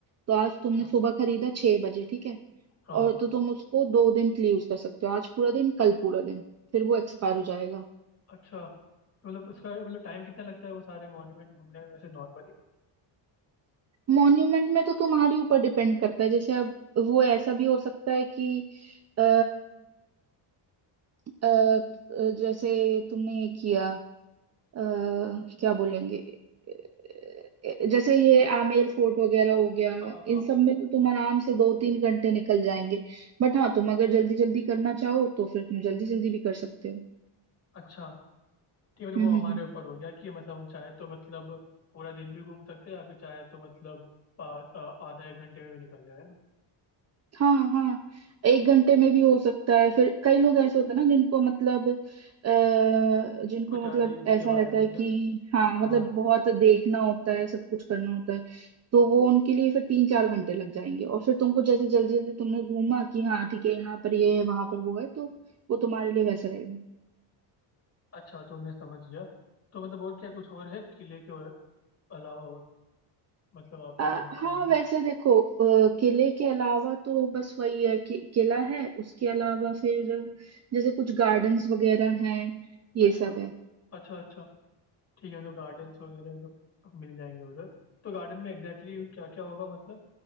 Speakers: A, on the right; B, on the left.
A: तो आज
B: अच्छा
A: तुमने सुबह खरीदा छह बजे ठीक है
B: हाँ हाँ
A: और तो तुम उसको दो दिन के लिए यूज कर सकते हो आज पूरा दिन कल पूरा दिन फिर वो एक्सपायर हो जाएगा
B: अच्छा तो मतलब उसका मतलब टाइम कितना लगता है वो सारे मॉन्यूमेंट घूमने में वैसे नॉर्मली
A: मॉन्यूमेंट में तो तुम्हारे ऊपर डिपेंड करता है जैसे अब वो ऐसा भी हो सकता है कि अ, अ, जैसे तुमने ये किया अ, क्या बोलेंगे अ, जैसे ये आमेर फोर्ट वगैरह हो गया
B: हाँ हाँ
A: इन सब में तो तुम आराम से दो तीन घंटे निकल जाएंगे बट हाँ तुम अगर जल्दी जल्दी करना चाहो तो फिर तुम जल्दी जल्दी भी कर सकते हो
B: अच्छा ठीक है, मतलब
A: हम्म
B: वो हमारे
A: हम्म हम्म।
B: ऊपर हो गया कि मतलब हम चाहे तो मतलब पूरा दिन भी घूम सकते हैं या फिर चाहे तो मतलब पा- आ- आधा एक घंटे में भी निकल जाए है ना
A: हाँ हाँ एक घंटे में भी हो सकता है फिर कई लोग ऐसे होते हैं ना जिनको मतलब अ, जिनको
B: कुछ ज़्यादा
A: मतलब
B: ही उसके
A: ऐसा
B: बारे
A: रहता
B: में
A: है
B: जा...
A: कि हाँ मतलब
B: हाँ
A: बहुत देखना होता है सब कुछ करना होता है तो वो उनके लिए फिर तीन चार घंटे लग जाएंगे और फिर तुमको जैसे जल्दी जल्दी तुमने घूमा कि हाँ ठीक है यहाँ पर ये है वहां पर वो है तो वो तुम्हारे लिए वैसा रहेगा
B: अच्छा तो मैं समझ गया तो मतलब और क्या कुछ और है किले के और- अलावा और मतलब आप पे
A: अ,
B: घूमने
A: हाँ
B: लाए
A: वैसे देखो अ, किले के अलावा तो बस वही है कि किला है उसके अलावा फिर जैसे कुछ गार्डन्स वगैरह हैं ये
B: अच्छा
A: सब है
B: अच्छा अच्छा ठीक है मतलब गार्डन्स वगैरह मतलब मिल जाएंगे उधर तो गार्डन में एग्जैक्टली exactly क्या क्या होगा मतलब